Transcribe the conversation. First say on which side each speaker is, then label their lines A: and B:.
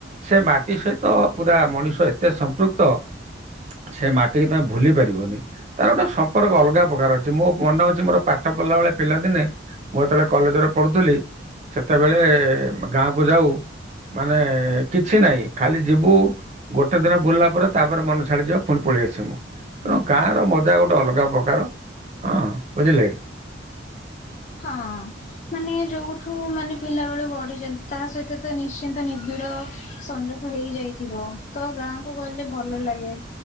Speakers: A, on the right (about 40°); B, on the left (about 40°).
A: ସେ ମାଟି ସହିତ ପୁରା ମଣିଷ ଏତେ ସମ୍ପୃକ୍ ତ ସେ ମାଟିିକି ତମେ ଭୁଲି ପାରିବନି ତାର ଗୋଟେ ସ ମ୍ପର୍କ ଅଲଗା ପ୍ରକାର ଅଛି ମୋ ମନେ ଅଛି ମୋର ପାଠ ପଢିଲା ବେଳେ ପିଲାଦିନେ ମୁଁ ଯେତେବେଳେ କଲେଜରେ ପଢୁଥିଲି ସେତେବେଳେ ଗାଁ କୁ ଯାଉ ମାନେ କିଛି ନହିଁ ଖାଲି ଯିବୁ ଗୋଟେ ଦିନ ବୁଲିଲା ପରେ ତାପରେ ମନେ ଛାଡିଯିବ ପୁଣି ପଳେଇ ଆସିବୁ ତେଣୁ ଗାଁ ମଜା ଗୋଟେ ଅଲଗା ପ୍ରକାର ହଁ ବୁଝିଲେ।
B: ହଁ ମାନେ ଯୋଉଠୁ ମାନେ ପିଲାବେଳୁ ବଢିଛନ୍ତି ତା ସହିତ ତ ନିଶ୍ଚିନ୍ତ ନିିବିଡ଼ ସଂଯ ହେଇଯାଇଥିବ ତ ଗାଁକୁ ଗଲେ ଭଲ ଲାଗେ।